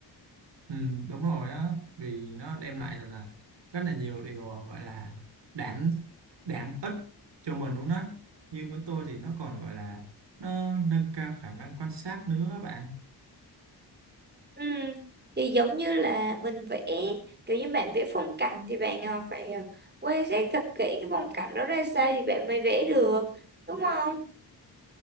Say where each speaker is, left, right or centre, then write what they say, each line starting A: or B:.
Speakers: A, on the right; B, on the right.
A: Ừ, đúng rồi á vì nó đem lại thật là rất là nhiều điều ờ, gọi là đáng đáng ích cho mình luôn á như với tôi thì nó còn gọi là nó nâng cao khả năng quan sát nữa các bạn
B: Ừ. Thì giống như là mình vẽ, kiểu như bạn vẽ phong cảnh thì bạn ờ, phải ờ, quan sát thật kỹ cái phong cảnh đó ra sao thì bạn mới vẽ được. Đúng không?